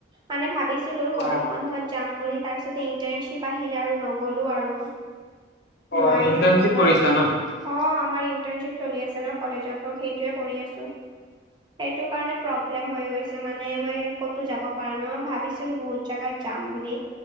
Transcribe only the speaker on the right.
মানে ভাবিছোঁ ভাবিছিলোঁ
গৰম বন্ধত যাম বুলি, তাৰ পিছতে ইণ্টাৰ্নশ্বিপ আহিলে আৰু নগ নগলো আৰু
যোৱাই
নহ'ল
আৰু
অ', আমাৰ ইন্টাৰ্ণশ্বিপ চলি আছে ন কলেজত ত সেইটোৱে কৰি আছোঁ। সেইটো কাৰণে প্ৰব্লেম প্ৰব্লেম হৈ গৈছে মানে মই ক'তো যাব পৰা নাই মই ভাবিছিলোঁ বহুত জাগাত যাম বুলি